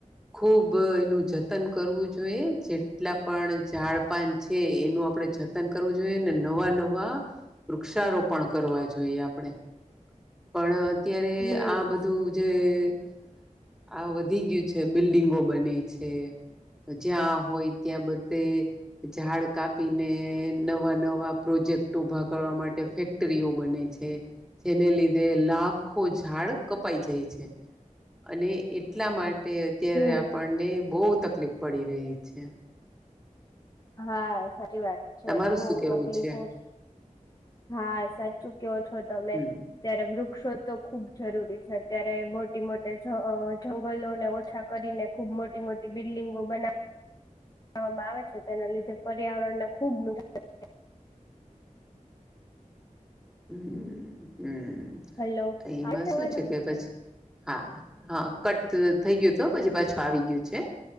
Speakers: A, in the centre; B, on the left (about 30°).
A: ખુબ એનું જતન કરવું જોઈએ, જેટલા પણ ઝાડપન છે. એનું આપડણે જતન કરવું જોઈએ, ને નવા નવા વૃક્ષારોપણ પણ કરવા જોઈએ, આપણે પણ અત્યારે
B: હમ
A: આ બધું જે આ વધી ગયું છે, બિલ્ડિંગો બને છે. જ્યાં હોય, ત્યાં બધે ઝાડ કાપીને નવા નવા પ્રોજ પ્રોજેક્ટ ઉઊભા, કરવા માટે ફેક્ટરીઓ બને છે, જેને લીધે લાખો ઝાડ કપાઈ જાય છે, અને એટલા માટે અત્યારે
B: હમ
A: આપણને, બહ તકલીફ પડી રહી છે.
B: હા, સાચી વાત છે,
A: તમારું
B: બઉ
A: શું કેવું
B: તકલીફો
A: છે?
B: હા સાચું કયો છો, તમે
A: હમ
B: ત્યારે વૃ વૃક્ષો તો ખૂબ જરૂરી છે, અત્યારે મોટી મોટી જંગલોને ઓછા કરીને ખૂબ મોટી મોટી બિલ્ડિંગો બના વામાં આવે છે, તેના લીધે પર્યાવરણ ને ખુબ નુકસાન
A: હમ, હમ
B: નુકસાન હલો
A: એમાં
B: આવે
A: શું
B: અવાજ
A: છે,
B: મારો
A: કે પછી. હા, હા કટ થઈ, ગયું તો પછી પાછું આવી ગયું છે.